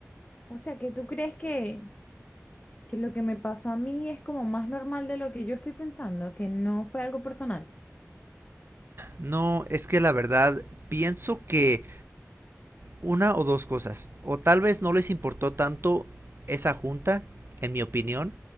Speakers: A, on the left; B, on the right.
A: O sea, que tú crees que... que lo que me pasó a mí es como más normal de lo que yo estoy pensando, que no fue algo personal.
B: No, es que la verdad pienso que Una o dos cosas. O tal vez no les importó tanto esa junta, en mi opinión,